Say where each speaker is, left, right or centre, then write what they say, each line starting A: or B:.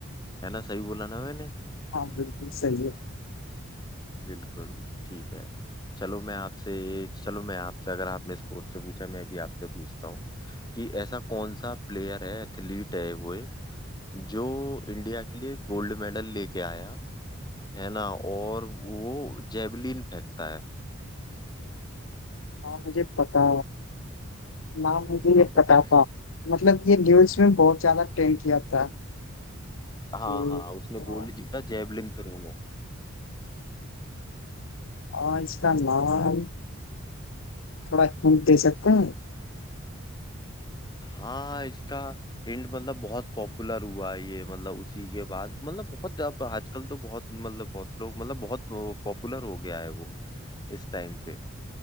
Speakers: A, on the left (about 20°); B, on the left (about 65°).
A: है ना सही बोला ना मैंने
B: हाँ बिल्कुल सही है
A: बिल्कुल ठीक है चलो मैं आपसे चलो मैं आपसे अगर आपने स्पोर्ट्स से पूछा मैं भी आपसे पूछता हूँ कि ऐसा कौन सा प्लेयर है एथलीट है वो एक जो इंडिया के लिए गोल्ड मेडल लेके आया है ना और वो जेवलिन फेंकता है
B: हाँ मुझे पता नाम मुझे
A: हाँ
B: ये
A: बताओ
B: पता था मतलब ये न्यूज में बहुत ज्यादा ट्रेंड किया था
A: हाँ
B: तो
A: हाँ उसने
B: आ,
A: गोल्ड जीता जेवलिन थ्रो में
B: आ, इसका नाम थोड़ा हिंट दे सकते हैं
A: हाँ इसका हिंट मतलब बहुत पॉपुलर हुआ ये मतलब उसी के बाद मतलब बहुत अब आजकल तो बहुत मतलब बहुत लोग मतलब बहुत पॉपुलर हो गया है वो इस टाइम पे